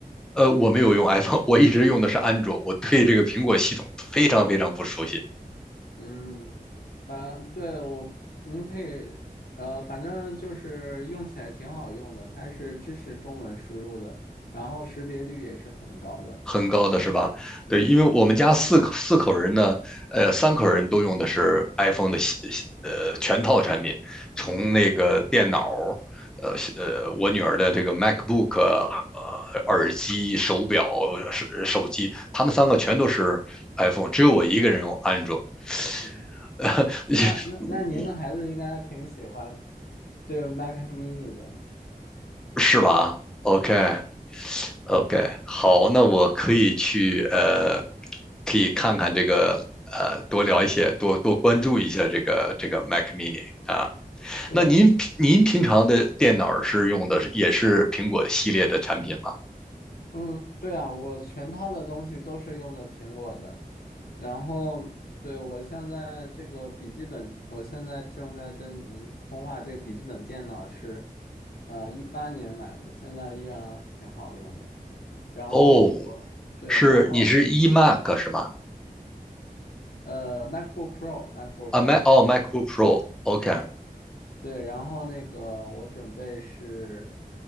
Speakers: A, in the centre; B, on the left.
A: 呃，我没有用 iPhone，我一直用的是安卓，我对这个苹果系统非常非常不熟悉，
B: 嗯，反对我，您可以，呃，反正就是用起来挺好用的，它是支持中文输入的，然后识别率也是很高的。
A: 很高的是吧？
B: 嗯
A: 对，因为我们家四口四口人呢，呃，三口人都用的是 iPhone 的系呃全套产品，从那个电脑，
B: 嗯
A: 呃呃，我女儿的这个 MacBook、耳机、手表、手手机，他们三个全都是 iPhone，只有我一个人用安卓，
B: 嗯，
A: <laughs> 呃，
B: 那那那您的孩子应该挺喜欢
A: 我
B: 这个 Mac mini 的。
A: 我是吧？OK，
B: 嗯，
A: OK，好，那我可以去呃，可以看看这个呃，多聊一些，多多关注一下这个这个 Mac Mini 啊。
B: 对，
A: 那您平您平常的电脑是用的是也是苹果系列的产品吗？
B: 嗯，对啊，我全套的东西都是用的苹果的，然后对我现在这个笔记本，我现在正在跟您通话，这个笔记本电脑是，呃，一八年买的，现在依然挺好用的。然后我对，
A: 哦，是你是
B: 然后
A: iMac 是吗？
B: 呃，MacBook Pro，MacBook
A: 啊，Mac
B: Pro，
A: 哦，MacBook Pro，OK
B: 对，然后那个我准备是，